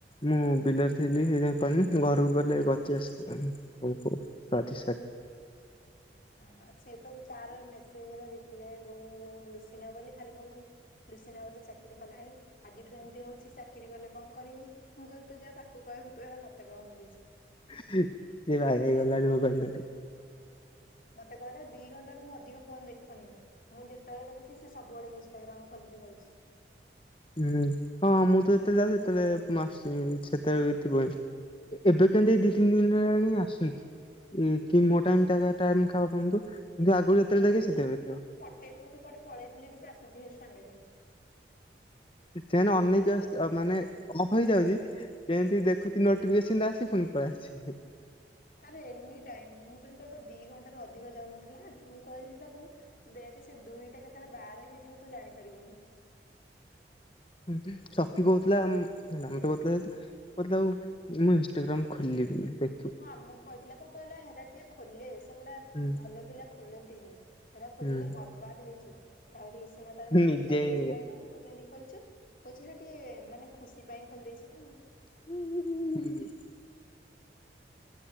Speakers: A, on the left (about 30°); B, on the left (about 50°).
A: ମୁଁ ବିଲରେ ଥିଲି ସେଇଥିପାଇଁ କରନି, ମୁଁ ଘରକୁ ଗଲେ କ <unintelligible> ହଉ ହଉ ସରି ସରି।
B: ହଁ ସିଏ ତ ତାର ମେସିଜିର ରିପ୍ଲାଏ ଦଉନି ଯୋଉ ଲୁସିନା ବୋଲି ଖାଲି କହୁଛି ଲୁସିନା ବୋଧେ ଚାକିରୀ କଲାଣି ଆଜିଠୁ ଏମତି ହଉଛି, ଚାକିରୀ କଲେ କଣ କରିବ। ମୁଁ କହିଲି ତୁ ଯା ତାକୁ କହିବୁ, ତୁ ହେଇରା ମତେ କହନି କିଛି।
A: ସେ ବାୟା ହେଇଗଲାଣି ମୋବାଇଲ ଧରି।
B: ମତେ କହିଲା, ଦି ଘଣ୍ଟାରୁ ମୁଁ ଅଧିକ ଫୋନ ଦେଖୁନି। ମୁଁ ଯେତେବେଳେ ଦେଖୁଛି, ସେ ସବୁବେଳେ ଇନଷ୍ଟାଗ୍ରାମ ଖୋଲିକି ବଇଛି।
A: ହୁଁ। ହଁ ମୁଁ ତ ଯେତେବେଳେ ଯାଉଚି, ସେତେବେଳେ ମାସ ସେତେବେଳେ ବି ଥିବ ଏବେ କେମତି ଏଇ ଦି ତିନି ଦିନ ହେଲାଣି ଆସୁନି। କି ମୋ ଟାଇମ୍ ତା କା ଟାଇମ୍ ଖାପ ପାନ୍ତୁ, କିନ୍ତୁ ଆଗୁରୁ ଯେତେବେଳେ ଦେଖେ ସେତେବେଳେ ଥିବ।
B: ଖାଇ ଦଉଛି, କୁଆଡ଼େ ପଳେଇଥିଲେ ବି ସେ ଆସୁଛି ହେରି ସାଙ୍ଗେ ସାଙ୍ଗେ।
A: ସେନ ଅନେଇକି ଆସି ମାନେ ଅଫ୍ ହେଇଯାଉଛି ଏମିତି
B: ହଁ।
A: ଦେଖୁଛି ନୋଟିଫିକେସନ ଟା ଆସି ଫୁଣି ପଳେଇଆସୁଛି।
B: ତାର ଏନି ଟାଇମ ମୁଁ କହିଲି ତୋର ତ ଦି ଘଣ୍ଟାରୁ ଅଧିକ ଯାଉନଥିଲା ମୁଁ କହିଲି ତାକୁ ତୁ ଦେଖେ ସେ ଦୁଇଟା କେତେବେଳେ ବାର ହେଇଯିବ ତୁ ଜାଣିପାରିବୁନି।
A: ହୁଁ ଶକ୍ତି କହୁଥିଲା ହେଲା ମତେ କହୁଥିଲା କହୁଥିଲା ଆଉ ମୁଁ ଇନଷ୍ଟାଗ୍ରାମ ଖୋଲିବି ଦେ
B: ହଁ ଆମକୁ କହିଥିଲା ପା କହିଲା ହେରା କିଏ ଖୋଲେ ସେଗୁଡା
A: ହୁଁ
B: ଭଲ ପିଲା ଖୋଲନ୍ତିନି। ହେରା ଖୋଲିଲେ
A: ହୁଁ
B: ବର୍ବାଦ ହେଇଯିବ ତାରେ ଲିସିିନା ତାକୁ ଥରେ
A: ନିଜେ
B: ଦେଖାହେଇଥିଲା
A: ଏଇନିକା
B: ଯେ କହିଲା ତୁ କେମିତି ଖୋଲିଛୁ କହୁଚି ନା ଟିକେ ମାନେ ଖୁସି ପାଇଁ ଖୋଲିଦେଇଛି ନା
A: ହୁଁ ହୁଁ ହୁଁ ହୁଁ